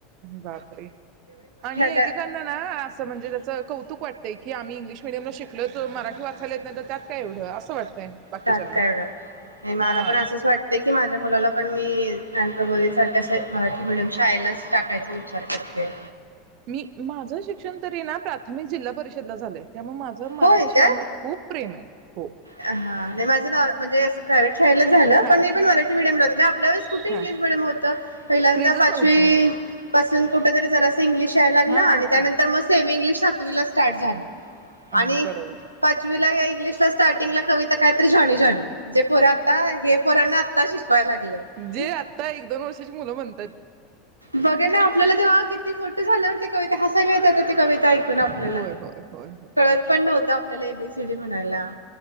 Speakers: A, on the right; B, on the right.
A: बापरे आणि एकेकांना
B: त्या
A: ना असं म्हणजे त्याच कौतुक वाटतंय की आम्ही इंग्लिश मिडीयम शीक ल तो मराठी वाचायला येत नाही तर त्यात काय एवढं असं वाटतंय. बाकीच्यांना
B: त्यात काय एवढं मला
A: हा
B: पण, असंच वाटतंय की माझ मुलाला पण मी ज्ञानप्रबोधीनीसारख्या, अशा मराठी मीडियम शाळेलाच टाकायचा विचार करतेय.
A: मी माझं शिक्षण तरी ना प्राथमिक जिल्हा परिषदला झालंय. त्यामुळे माझं मराठी
B: होय
A: शाळेवर
B: काय?
A: खूप प्रेम आहे हो
B: हम्म नाय माझा ना अ म्हणजे अस प्रायव्हेट शाळेला झालं
A: हा
B: पण, मी पण मराठी मिडियम ला होते. आपल्या वेळेस कुठे
A: हा
B: इंग्लिश मिडियम होत? पहिल्यांदा
A: क्रेजच
B: पाचवी
A: नव्हती
B: पासून कुठेतरी जरासं इंग्लिश यायला लागलं
A: हा
B: आणि
A: हा
B: त्यानंतर म सेमी इंग्लिश सातवी ला स्टार्ट झालं. आणि
A: अ बरोबर
B: पाचवी त ला या इंग्लिशला स्टार्टिंग ला कविता काय तर, जॉनी-जॉनी. जे पोर आता हे पोरांना आता शिकवायला लागलेत
A: जे आता एक दोन वर्षाची मुलं म्हणतात
B: बघा ना आपल्याला तेव्हा किती मोठ झाल्यावर ते कविता हसायला येत होत ते कविता ऐकून आपल्याला
A: होय होय होय होय
B: येत पण नव्हतं आपल्याला एबीसीडी म्हणायला